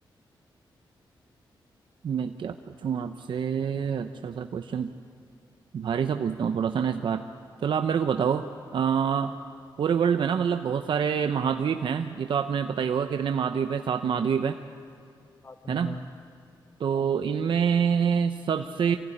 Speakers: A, on the right; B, on the left.
A: मैं क्या पूछूं आपसे अच्छा सा क्वेश्चन भारी सा पूछता हूँ थोड़ा सा ना इस बार चलो आप मेरे को बताओ आ, पूरे वर्ल्ड में ना मतलब बहुत सारे महाद्वीप हैं ये तो आपने पता ही होगा कितने महाद्वीप हैं सात महाद्वीप हैं
B: आप।
A: है ना
B: हाँ
A: तो
B: हाँ।
A: इनमें सबसे